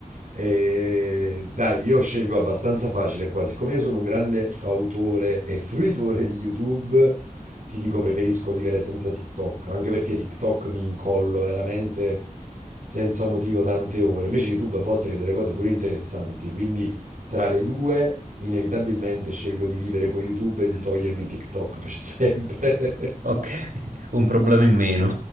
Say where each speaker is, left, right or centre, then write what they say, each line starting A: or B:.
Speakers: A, on the right (about 65°); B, on the right (about 90°).
A: eh, dai, io scelgo abbastanza facile qua. Siccome io sono un grande fautore e fruitore di YouTube, ti dico preferisco vivere senza TikTok, anche perché TikTok mi incollo veramente senza motivo tante ore. Invece YouTube a volte vedo le cose pure interessanti, quindi tra le due inevitabilmente scelgo di vivere con YouTube e di togliermi TikTok per sempre.
B: Ok,
A: <laughs>
B: <laughs> un problema in meno.